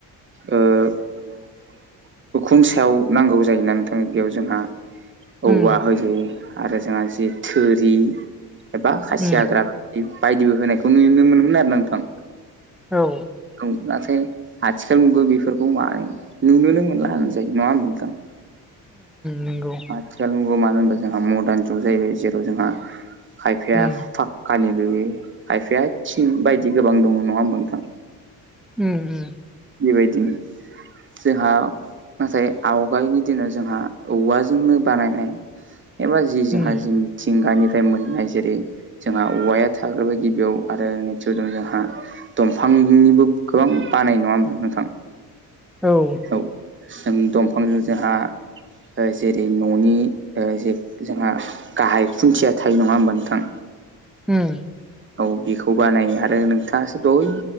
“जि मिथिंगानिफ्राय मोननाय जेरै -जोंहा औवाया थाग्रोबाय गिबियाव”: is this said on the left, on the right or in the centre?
Right